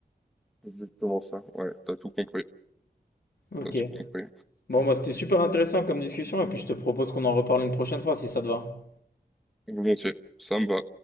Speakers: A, in the centre; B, on the left.
A: Exactement ça. Ouais, t'as tout compris,
B: Ok.
A: t'as tout compris.
B: Bon, bah, c'était super intéressant comme discussion et puis je te propose qu'on en reparle une prochaine fois si ça te va.
A: Volontiers, ça me va.